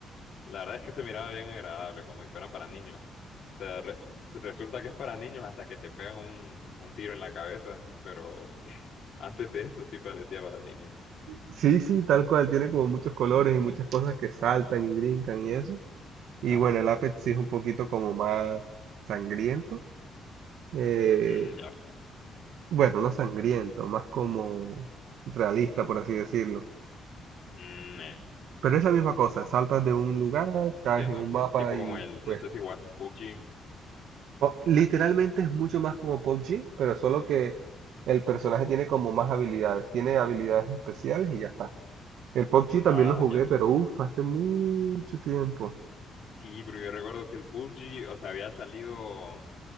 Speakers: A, on the left; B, on the right.
A: la verdad es que se miraba bien agradable, como si fuera para niños. O sea, re- resulta que es para niños hasta que te pegan un, un tiro en la cabeza, pero <laughs> antes de eso sí parecía para niños.
B: Sí, sí, tal cual, tiene como muchos colores y muchas cosas que saltan y brincan y eso. Y
A: Ajá,
B: bueno, el Apex sí es un poquito como más sangriento. eh,
A: Mm, ya,
B: bueno, no sangriento, más como realista, por así decirlo.
A: Mm,
B: Pero es la misma cosa, saltas de un lugar, caes
A: entiendo.
B: en un mapa
A: Tipo
B: y
A: como el,
B: pues
A: no sé si jugaste PUBG,
B: o- literalmente es mucho más como PUBG, pero solo que el personaje tiene como más habilidades, tiene habilidades especiales y ya está. El PUBG también
A: ah,
B: lo jugué,
A: ya.
B: pero uff, hace mucho tiempo.
A: Sí, pero yo recuerdo que el PUBG, o sea, había salido,